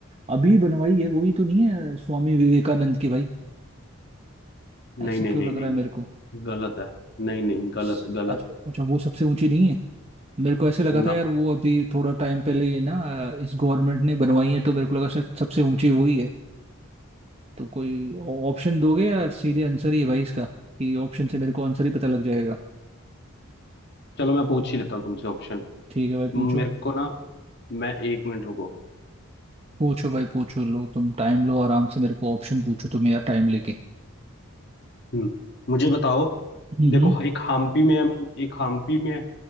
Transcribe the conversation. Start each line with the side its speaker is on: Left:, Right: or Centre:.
Right: अभी बनवाई है वही तो नहीं है स्वामी विवेकानंद की भाई ऐसे
Left: नहीं नहीं
Right: क्यों
Left: नहीं
Right: लग
Left: नहीं
Right: रहा है
Left: नहीं
Right: मेरे को
Left: गलत है नहीं नहीं गलत
Right: स-
Left: गलत
Right: अच्छा अच्छा वो सबसे ऊंची नहीं है मेरे को ऐसे लगा
Left: ना
Right: था यार वो अभी थोड़ा टाइम पहले ये ना इस गवर्नमेंट ने बनवाई है तो मेरे को लगा शायद सबसे ऊंची वही है तो कोई ऑप्शन दोगे यार सीधे आंसर ही है भाई इसका कि ऑप्शन से मेरे को आंसर ही पता लग जाएगा
Left: चलो मैं पूछ ही लेता हूँ तुमसे ऑप्शन
Right: ठीक है भाई
Left: मेरे
Right: पूछो
Left: को ना मैं एक मिनट रुको
Right: पूछो भाई पूछो लो तुम टाइम लो आराम से मेरे को ऑप्शन पूछो तुम यार टाइम लेके
Left: हम्म मुझे बताओ
Right: हम्म
Left: देखो
Right: हम्म,
Left: एक हम्पी में है एक हम्पी में है